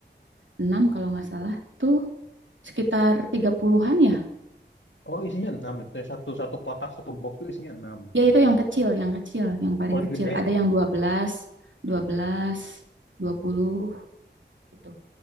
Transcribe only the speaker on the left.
Oh isinya 6 itu teh. satu satu kotak satu box itu isinya enam
Kalau yang
gede